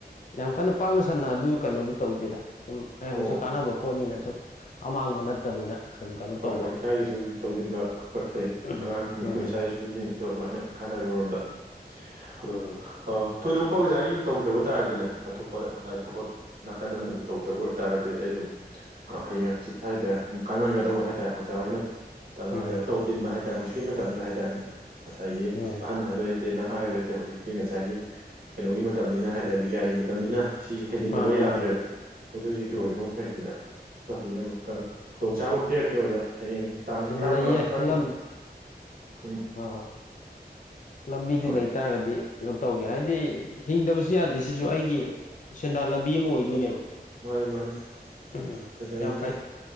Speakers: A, on the left; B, on the right.
A: ꯌꯥꯝ ꯀꯟꯅ ꯄꯥꯛꯅ ꯁꯟꯅ ꯑꯗꯨ ꯀꯩꯅꯣꯗꯤ ꯇꯧꯗꯦꯗ ꯁꯨꯝ ꯃꯌꯥꯝꯒꯤꯁꯨ
B: ꯑꯣ ꯑꯣ
A: ꯀꯥꯟꯅꯕ ꯄꯣꯠꯅꯤꯅ ꯁꯨꯝ ꯑꯃꯥꯡꯕ ꯅꯠꯇꯕꯅꯤꯅ ꯑꯗꯨꯝ ꯀꯩꯅꯣ
B: ꯍꯣꯏ
A: ꯇꯧꯕ
B: ꯍꯣꯏ ꯏꯁꯆꯥꯒꯤꯁꯨ ꯇꯧꯁꯤꯟꯕ ꯐꯩ
A: ꯎꯝ
B: ꯑꯉꯥꯡꯁꯤꯡꯁꯨ
A: ꯎꯝ
B: ꯏꯆꯥ ꯏꯁꯨꯁꯤꯡꯁꯨ ꯑꯗꯨꯃꯥꯏꯅ ꯀꯥꯟꯅꯕꯔꯣꯝꯗ ꯑꯗꯣ
A: ꯎꯝ
B: ꯑ ꯊꯣꯏꯗꯣꯛꯄ ꯑꯣꯖꯥꯒꯤ ꯇꯧꯗꯕ ꯇꯥꯔꯗꯤꯅꯦ ꯑꯇꯣꯞꯄ ꯊꯕꯛ ꯅꯥꯀꯟ ꯑꯃꯗ ꯇꯧꯗꯕ ꯑꯣꯏꯇꯥꯔꯗꯤ ꯑꯩ ꯑꯗꯨꯝ ꯍꯌꯦꯡ ꯍꯥꯏꯇꯥꯔꯦ ꯑꯗꯨꯝ ꯀꯥꯟꯅꯒꯗꯕ ꯍꯥꯏꯇꯥꯔꯦ ꯑꯣꯖꯥ ꯑꯣꯏꯅ
A: ꯎꯝ
B: ꯀꯩꯅꯣ ꯇꯧꯁꯤꯟꯕ ꯍꯥꯏꯇꯥꯔꯦ ꯍꯥꯏꯦ ꯍꯧꯖꯤꯛꯀꯤ ꯃꯇꯝꯗ ꯍꯥꯏꯇꯥꯔꯦ ꯉꯁꯥꯏꯒꯤ
A: ꯎꯝ
B: ꯑꯍꯟ ꯍꯥꯏꯕ ꯅꯠꯇꯦꯅ ꯍꯥꯏꯕꯗꯤ ꯍꯧꯖꯤꯛꯇꯤ ꯉꯁꯥꯏꯒꯤ ꯀꯩꯅꯣꯒꯤ ꯃꯇꯝꯅꯤꯅ ꯍꯥꯏꯇꯥꯔꯦ ꯕꯤꯒ꯭ꯌꯥꯟꯒꯤ ꯃꯇꯝꯅꯤꯅ ꯁꯤꯁꯦ ꯍꯩꯖꯤꯟꯗꯕ
A: ꯃꯥꯅꯤ
B: ꯌꯥꯗ꯭ꯔꯦꯕ
A: ꯃꯥꯅꯤ
B: ꯍꯧꯖꯤꯛ ꯍꯧꯖꯤꯛꯀꯤ ꯑꯣꯏꯕ
A: ꯎꯝ
B: ꯃꯈꯩꯁꯤꯗ ꯑꯝꯇ ꯍꯩꯅꯕ ꯈꯨꯗꯣꯡꯆꯥꯕ ꯄꯤꯔꯛꯀꯦ ꯑꯣꯖꯥ ꯍꯌꯦꯡ ꯇꯥꯡ ꯇꯔꯥꯃꯉꯥ
A: ꯂꯩꯌꯦ
B: ꯇꯔꯥꯇꯔꯨꯛ
A: ꯂꯝ
B: ꯎꯝ
A: ꯑ ꯂꯝꯕꯤꯗꯨ
B: ꯍꯣꯏ
A: ꯂꯩꯇꯥꯥꯔꯒꯗꯤ ꯀꯩꯅꯣ ꯇꯧꯒꯦ ꯍꯥꯏꯗꯤ ꯍꯤꯡꯗꯕꯁꯨ ꯌꯥꯗꯦ ꯁꯤꯁꯨ ꯑꯩꯒꯤ ꯁꯦꯟꯗꯥꯟ ꯂꯝꯕꯤ ꯑꯃ ꯑꯣꯏꯗꯣꯏꯅꯦꯕ
B: ꯃꯥꯅꯦ ꯃꯥꯅꯦ
A: ꯎꯝ
B: ꯑꯁꯥꯏ
A: ꯌꯥꯝ ꯐꯩ